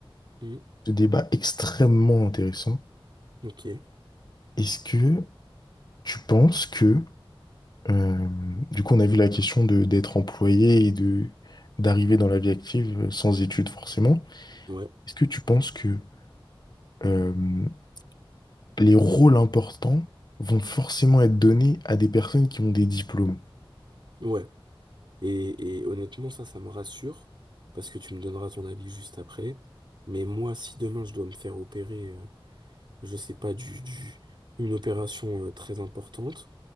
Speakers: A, on the right; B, on the left.
A: Mmh.
B: Ce débat extrêmement intéressant.
A: Ok,
B: Est-ce que tu penses que, euh, du coup, on a vu la question de d'être employé et de d'arriver dans la vie active euh, sans études forcément.
A: ouais,
B: Est-ce que tu penses que euh, les rôles importants vont forcément être donnés à des personnes qui ont des diplômes?
A: ouais. Et, et honnêtement, ça, ça me rassure, parce que tu me donneras ton avis juste après. Mais moi, si demain je dois me faire opérer, euh, je sais pas, du, du, une opération euh, très importante,